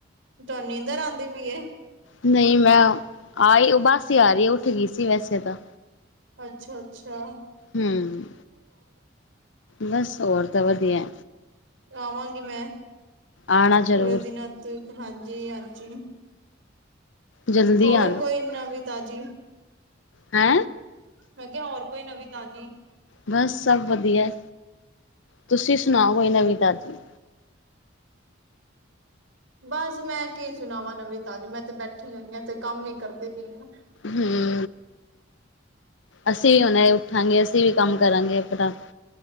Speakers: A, on the right (about 80°); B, on the left (about 75°).
A: ਤੁਆਨ ਨੀਂਦਰ ਆਂਦੀ ਪਈ ਏ?
B: ਨਈ ਮੈਂ ਆਈ ਉਬਾਸੀ ਆ ਰਈ ਏ ਉੱਠ ਗਈ ਸੀ ਵੈਸੇ ਤਾਂ
A: ਅੱਛਾ-ਅੱਛਾ।
B: ਹੂੰ, ਬਸ ਹੋਰ ਤਾਂ ਵਦੀਐ।
A: ਆਵਾਂਗੀ ਮੈਂ,
B: ਆਉਣਾ ਜ਼ਰੂਰ
A: ਥੋੜੇ ਦਿਨਾਂ ਤੀਕ, ਹਾਂਜੀ-ਹਾਂਜੀ।
B: ਜਲਦੀ
A: ਹੋਰ
B: ਆਣਾ
A: ਕੋਈ ਨਵੀਂ ਤਾਜ਼ੀ?
B: ਐ
A: ਮੈਂ ਕਿਆ ਹੋਰ ਕੋਈ ਨਵੀਂ ਤਾਜ਼ੀ?
B: ਬਸ ਸਬ ਵਧੀਆ, ਤੁਸੀਂ ਸੁਣਾਓ ਕੋਈ ਨਵੀਂ ਤਾਜੀ।
A: ਬਸ ਮੈਂ ਕੀ ਸੁਣਾਵਾਂ ਨਵੀ ਤਾਜੀ ਮੈਂ ਤੇ ਬੈਠੀਆ ਮੈ ਤੇ ਕੰਮ ਈ ਕਰਦੀ ਪੀ ਆ।
B: ਹੂੰ ਅਸੀਂ ਵੀ ਹੁਣੇ ਉੱਠਾਂਗੇ, ਅਸੀਂ ਵੀ ਕੰਮ ਕਰਾਂਗੇ ਆਪਣਾ।